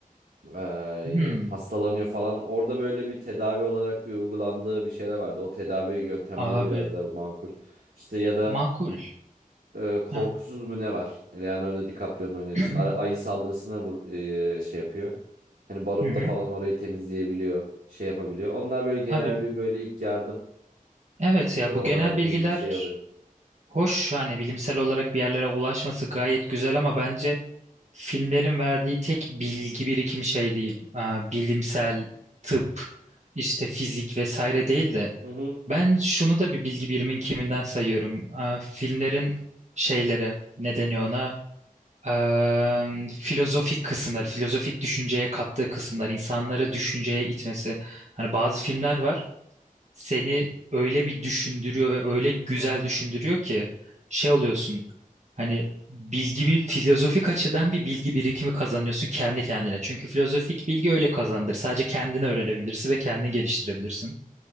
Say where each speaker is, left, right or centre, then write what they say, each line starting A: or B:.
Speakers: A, on the right; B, on the right.
A: E,
B: Hmm,
A: hastalanıyor falan. Orada böyle bir tedavi olarak bir uygulandığı bir şeyler vardı. O tedavi yöntemleri
B: abi
A: biraz daha makul. İşte ya da
B: makul.
A: e, Korkusuz
B: Heh.
A: mu ne var? Leonardo DiCaprio'nun oynadığı işte
B: <clears throat>
A: ara- ayı saldırısına vur, e, şey yapıyor. Hani barutla
B: Hı hı.
A: falan orayı temizleyebiliyor, şey yapabiliyor. Onlar böyle genel
B: Abi
A: bir böyle ilk yardım
B: evet
A: şeyleri
B: ya bu
A: olarak
B: genel bilgiler
A: bilgi şey alıyor.
B: hoş hani bilimsel olarak bir yerlere ulaşması gayet güzel ama bence filmlerin verdiği tek bilgi birikimi şey değil. Aa, bilimsel, tıp, işte fizik vesaire değil de
A: Hı hı.
B: ben şunu da bir bilgi birimin kiminden sayıyorum. Aa, filmlerin şeyleri ne deniyor ona? Eee, filozofik kısımlar, filozofik düşünceye kattığı kısımlar, insanları düşünceye itmesi. Hani bazı filmler var, seni öyle bir düşündürüyor ve öyle güzel düşündürüyor ki şey oluyorsun. Hani bilgi bir filozofik açıdan bir bilgi birikimi kazanıyorsun kendi kendine. Çünkü filozofik bilgi öyle kazandır. Sadece kendine öğrenebilirsin ve kendini geliştirebilirsin.